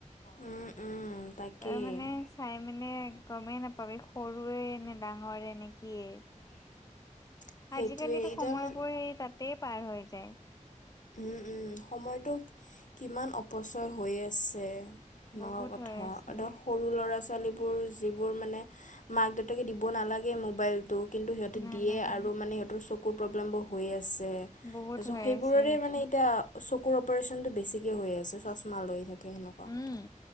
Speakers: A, on the left; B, on the left.
A: উম উম তাকেই
B: তাৰমানে, চাই মানে, গমেই নাপাব। এই, সৰুৱে নে, ডাঙৰে নে কিয়ে?
A: <inaudible> সেইটোৱে
B: আজিকালিতো,
A: এতিয়া
B: সময়বোৰ
A: মানে
B: সেই, তাতে পাৰ হৈ যায়।
A: উম, উম! সময়টো, কিমান অপচয় হৈ আছে। সেনকুৱা
B: বহুত
A: কথা।
B: হৈ আছে
A: ধৰক, সৰু ল'ৰা-ছোৱালী ছোৱালীবোৰ, যিবোৰ মানে, মাক-দেউতাকে দিব নালাগে মোবাইল। কিন্তু, সিহঁতে
B: নালাগে
A: দিয়ে আৰু। মানে, সিহঁতৰ চকুৰ প্ৰব্লেম বোৰ হৈ আছে।
B: বহুত
A: তাৰপিছত,
B: হৈ
A: সেইবোৰৰে
B: আছে সেইটো
A: মানে এতিয়া, চকুৰ অপাৰচনতটো বেছিকে হৈ আছে, চশমা লৈ থাকে, সেনেকুৱা
B: উম
A: কথা।